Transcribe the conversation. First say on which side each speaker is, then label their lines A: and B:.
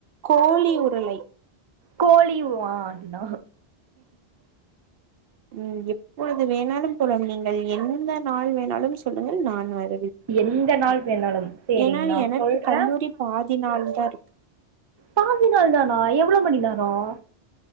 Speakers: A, on the right (about 65°); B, on the right (about 40°).
A: கோழி உருளை
B: கோழி பாண்டினா
A: உம் எப்பொழுது வேணாலும் போலும் நீங்கள் எந்த நாள் வேணாலும் சொல்லுங்கள் நான் வன்
B: எந்த நாள் வேணாலும் சரிங்க
A: ஏன்னா
B: நான்
A: எனக்கு
B: சொல்றேன்
A: கல்லூரி பாதி நாள் தான்
B: பாதி நால்தானா எவ்வளோ மணி நேரம்